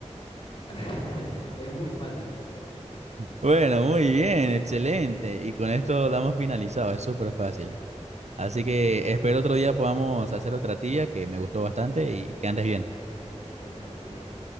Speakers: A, on the left; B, on the right.
A: <laughs> Es muy fácil.
B: Bueno, muy bien, excelente. Y con esto damos finalizado, es súper fácil. Así
A: Perfecto.
B: que espero otro día podamos hacer otra tía que me gustó bastante y que andes bien.
A: Perfecto, Randy, hasta luego.